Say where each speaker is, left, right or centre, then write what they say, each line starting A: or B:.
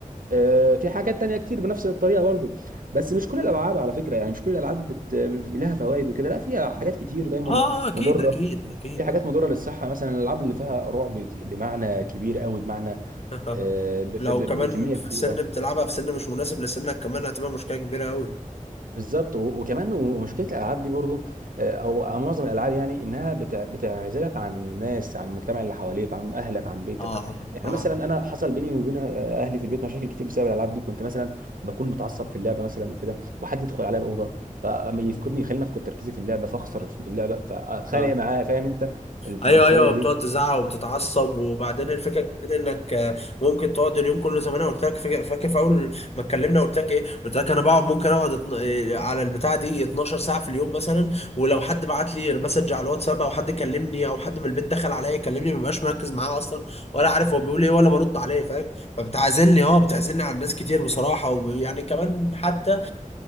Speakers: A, on the right; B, on the left.
A: آه، في حاجات تانية كتير بنفس الطريقة برضو بس مش كل الألعاب على فكرة يعني مش كل الألعاب بت... لها فوائد وكده لا في حاجات كتير دايما
B: اه اكيد
A: مضرة
B: اكيد اكيد
A: في حاجات مضرة للصحة مثلا الألعاب اللي فيها رعب ك- بمعنى كبير قوي بمعنى
B: آه.
A: آه،
B: <laughs>
A: ب... ب...
B: لو
A: ب-
B: كمان
A: بكمية
B: في
A: كبيرة
B: سن بتلعبها في سن مش مناسب لسنك كمان هتبقى مشكله كبيره قوي
A: بالظبط و- وكمان و- ومشكله الالعاب دي برضو آه، او أو معظم الالعاب يعني انها بتع- بتعزلك عن الناس عن المجتمع اللي حواليك عن اهلك عن بيتك
B: اه
A: يعني مثلا انا حصل بيني وبين آه، اهلي في البيت مشاكل كتير بسبب الالعاب دي كنت مثلا بكون متعصب في اللعبه مثلا وكده وحد يدخل عليا الاوضه فما يفقدني يخليني افقد تركيزي في اللعبه فاخسر في اللعبه فاتخانق
B: اه
A: معاه فاهم انت الطريقه
B: ايوه ايوه
A: دي
B: بتقعد تزعق وبتتعصب وبعدين الفكره كمان انك آه، ممكن تقعد اليوم كله زي ما انا قلت لك فاكر فاكر في اول ما اتكلمنا قلت لك ايه قلت لك انا بقعد ممكن اقعد اتن- إيه، على البتاع دي 12 ساعه في اليوم مثلا ولو حد بعت لي مسج على الواتساب او حد كلمني او حد من البيت دخل عليا يكلمني ما ببقاش مركز معاه اصلا ولا عارف هو بيقول ايه ولا برد عليه فاهم فبتعزلني اه بتعزلني عن ناس كتير بصراحه ويعني كمان حتى